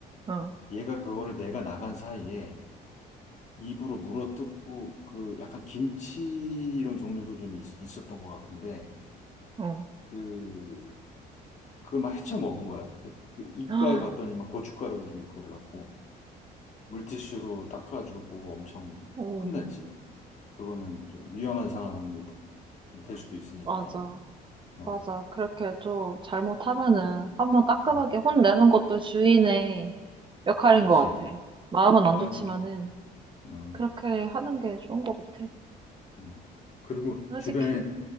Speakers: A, on the right; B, on the left.
A: 어,
B: 얘가 그거를 내가 나간 사이에 입으로 물어뜯고 그 약간 김치 이런 종류도 좀 있, 있었던 것 같은데
A: 어.
B: 그 그걸 막 헤쳐 먹은 거야. 그 입가에
A: <gasps>
B: 봤더니 막 고춧가루도 좀 있고 그래갖고 물티슈로 닦아주고 엄청
A: 어,
B: 혼냈지. 그거는 좀 위험한 상황이 될 수도 있으니까.
A: 맞아,
B: 어,
A: 맞아. 그렇게 좀 잘못하면은 한번 따끔하게
B: 음,
A: 혼내는 것도 주인의 역할인
B: 그렇지.
A: 것 같아. 마음은 안
B: 맞아.
A: 좋지만은
B: 음,
A: 그렇게 하는 게 좋은 것 같아.
B: 음. 그리고
A: 솔직히.
B: 주변에